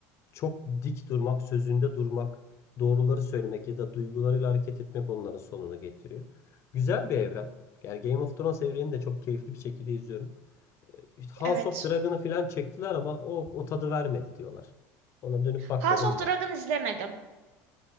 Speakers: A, on the left; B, on the right.
A: çok dik durmak, sözünde durmak, doğruları söylemek ya da duygularıyla hareket etmek onların sonunu getiriyor. Güzel bir evren. Yani Game of Thrones evrenini de çok keyifli bir şekilde izliyorum. Ee, İşte House
B: evet.
A: of Dragon'ı falan çektiler ama o, o tadı vermedi diyorlar. Ona dönüp bakmadım
B: House of
A: bile.
B: Dragon izlemedim.